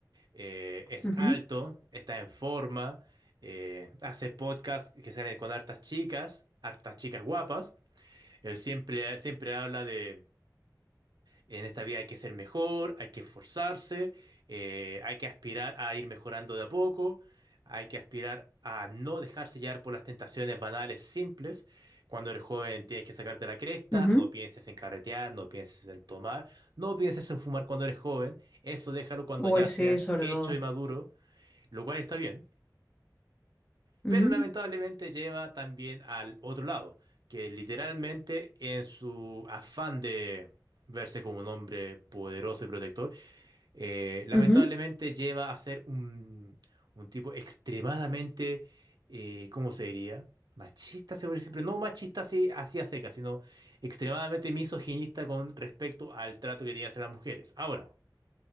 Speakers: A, on the right; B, on the left.
A: eh, es
B: Ujú,
A: alto, está en forma, eh, hace podcasts que salen con hartas chicas, hartas chicas guapas. Él siempre, siempre habla de en esta vida hay que ser mejor, hay que esforzarse, eh, hay que aspirar a ir mejorando de a poco, hay que aspirar a no dejarse llevar por las tentaciones banales simples. Cuando eres joven tienes que sacarte la cresta,
B: ujú.
A: no pienses en carretear, no pienses en tomar, no pienses en fumar cuando eres joven. Eso déjalo cuando
B: Uy,
A: ya
B: sí,
A: seas
B: sobre
A: hecho
B: todo.
A: y maduro, lo cual está bien
B: Ujú,
A: pero lamentablemente lleva también al otro lado, que literalmente en su afán de verse como un hombre poderoso y protector, eh, lamentablemente
B: ujú,
A: lleva a ser un, un tipo extremadamente, eh, ¿cómo se diría? Machista, se podría decir, pero no machista así, así a seca, sino extremadamente misoginista con respecto al trato que tenía hacia las mujeres. Ahora,